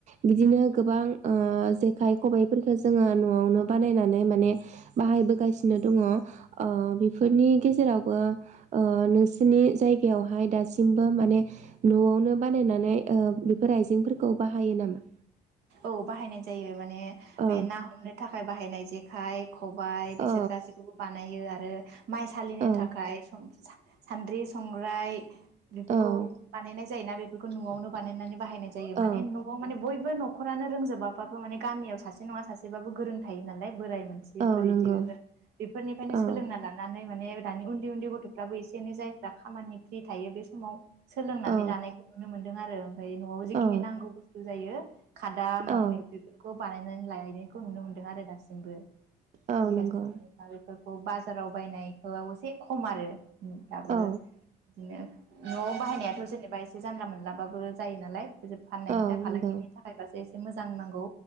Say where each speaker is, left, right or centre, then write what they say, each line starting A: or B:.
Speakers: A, on the right (about 45°); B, on the right (about 75°).
A: बिदिनो गोबां- आखाय खबाइफोरखौ जोङो न'आवनो बानायनानै माने बाहायबोगासिनो दङ बेफोरनि गेजेरावबो नोंसोरनि जायगायावहाय दासिमबो माने नआवनो बानायनानै बेफोर आइजेंफोरखौ बाहायो नामा।
B: औ बाहायनाय जायो माने
A: औ
B: बे ना हमनो थाखाय बाहायनाय। जेखाय खबायाइ बिसोर
A: औ
B: गासैखौबो बानायो आरो। आरो माइ सालिनो
A: औ
B: थाखाय सम सान्द्रि संग्राय बेफोरखौ
A: औ
B: बानायनाय जायोना बे - बेखौ न'आवनो बानायनानै। बाहायनाय जायो
A: औ
B: माने न'आव माने बयबो न'। न'खरानो रोंजोबाबो माने गामियाव सासे नङा सासेबाबो गोरों थायो नालाय बोराय।। <unintelligible>
A: औ नंगौ
B: बेफोरनिफ्रायनो
A: औ
B: सोलोंना लानानै माने। मे दानि उन्दै उन्दै गथ'फ्राबो एसे एनै जायफ्रा खामानि फ्रि थायो बे समाव सोलोंनानै
A: औ
B: लानायखौ नुनो मोनो। दों आरो न'आव जिखिनि
A: औ
B: नांगौ बुस्थु बुजायो खादा माबा
A: औ
B: माइबि बेफोरखौ बानायनानै लायनायखौ नुनो मोनदों आरो दासिमबो।
A: औ
B: सलिगासि
A: नंगौ
B: जेनबा बेफो बेफोरखौ बाजाराव बायनायखौ एसे खम आरो दाबो
A: औ
B: बिदिनो न'आव बाहायनायाथ' जेनेबा एसे जानला मोनलाबाबो जायो नालाय फोजोब फाननायनि
A: औ
B: दा फालांगिनि
A: नंगौ
B: बासो एसे मोजां नांगौ।